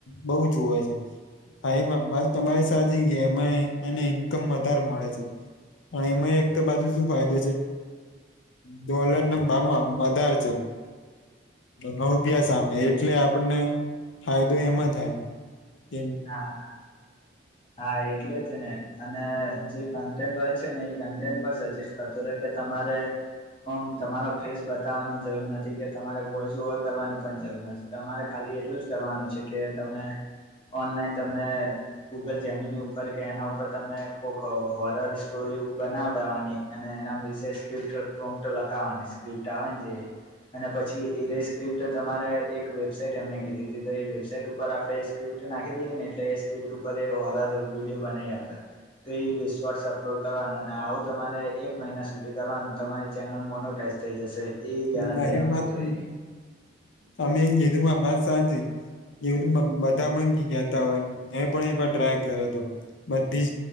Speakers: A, on the left; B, on the left.
A: બહુ જુવે છે હા એ વાત તમારી સાચી કે એમાં એને ઇન્કમ વધારે મળે છે પણ એમાં એક તો બાજુ શું ફાયદો છે ડોલર ના ભાવમાં વધારે છે, રૂપિયા સામે એટલે આપણને ફાયદો હેમાં થાય કે
B: હા હા, એટલે છેને ને અને જે કન્ટેન્ટ હોય છે ને એ ક સજેસ્ટ કરતો તમારે હ તમારો ફેસ બતાવાની જરૂર નથી કે તમારે વોસ ઓવર કરવાની પણ જરૂર નથી તમારે ખાલી એટલું જ કરવાનું છે કે તમે ઓનલાઈન તમે, ગૂગલ જૈમીની ઉપર કે એના ઉપર તમે કોક હોરર સ્ટોરી બનાવડાવાની અને એના વિશેસ સ્ક્રિપ્ટ પ્રો્ટ લખાવાની સ્ક્રિપ્ટ આવે ન જે અને પછી એરી સ્ક્રિપ્ટ તમારે એક વેબસાાઈટ એમને કીધી હતી તો એ વેબસાાઈટ ઉપર આપણે એ સ્ક્રિપ્ટ નાખી દે ને એટલે એ સ્ક્રિપ્ટ ઉપ હોરર વિડીયો બનાવી આપે તો <unintelligible> અપલોડ પણ આવુ કરવા તમારે એક મહિના સુધી કરવાનું તમારી ચેનલ મોનોટાઈઝ થઈ જશે
A: <unintelligible>
B: એ ગેરંટી આપતો હતો એ
A: એવું મનબધા મન કેતા હોય મે પણ એક વાર ટ્રાય કર્યો હતો બધી જ,